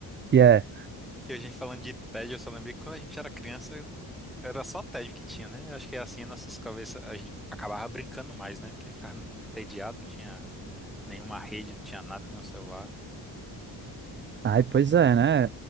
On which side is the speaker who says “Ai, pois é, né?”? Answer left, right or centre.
Right